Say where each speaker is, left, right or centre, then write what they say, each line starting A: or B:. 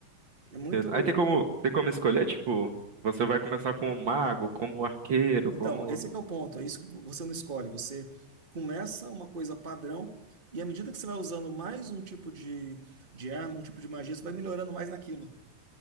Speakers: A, on the right; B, on the right.
A: É muito.
B: Entendo. Aí tem como, tem como escolher, tipo, você vai começar como mago, como arqueiro,
A: Então,
B: como.
A: esse é que é o ponto. É isso que você não escolhe. Você começa uma coisa padrão, e à medida que você vai usando mais um tipo de, de arma, um tipo de magia, você vai melhorando mais naquilo.